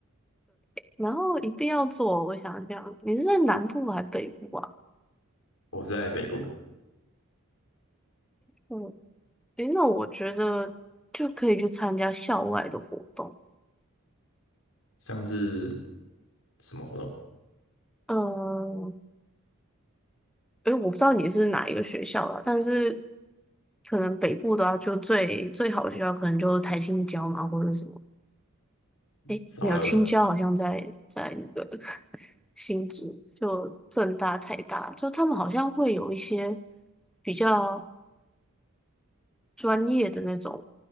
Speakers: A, in the centre; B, on the left.
A: 然后一定要做，我想想，你是在南部还是北部啊？
B: 我是在北部的，
A: 嗯，诶，那我觉得就可以去参加校外的活动。
B: 像是什么活动？
A: 嗯，诶，我不知道你是哪一个学校啦，但是可能北部的话，就最最好的学校可能就台青交嘛，或者是什么。诶，
B: 少了
A: 没有，青交好像在在那个 <laughs> 新竹，就政大、台大，就他们好像会有一些比较专业的那种